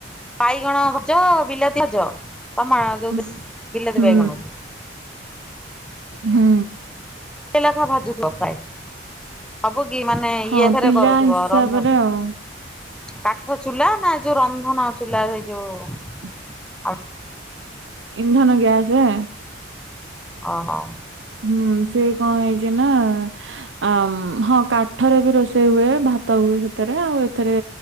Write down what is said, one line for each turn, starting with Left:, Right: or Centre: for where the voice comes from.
Centre: ବାଇଗଣ ଭ ଯ ବିଲାତିଆଜ ତମାଯୋଉ
Right: ଉଁ,
Centre: ବିଲାତିବାଇଗଣକୁ।
Right: ହୁଁ ହୁଁ।
Centre: ଏଲେଖା ଭାଜୁଥିବ ପ୍ରାୟ? ସବୁ କି ମାନେ
Right: ହଁ
Centre: ଇଏଥରେ
Right: ପିଲା
Centre: କରୁଥିବ
Right: ହିସାବରେ
Centre: ରନ୍ଧନ
Right: ଆଉ।
Centre: କାଠ ଚୁଲା ନା, ଯୋଉ ରନ୍ଧନ ଚୁଲା ସେଇ ଯୋଉ
Right: ଉଁହ୍
Centre: ଅ।
Right: ଇନ୍ଧନ ଗ୍ୟାସେଁ?
Centre: ଅ ହଁ।
Right: ହୁଁ ସିଏ କଣ ହେଇଛି ନା? ଅମ୍ ହଁ କାଠରେ ବି ରୋଷେଇ ହୁଏ, ଭାତ ହୁଏ, ସେଥିରେ ଆଉ ଏଥରେ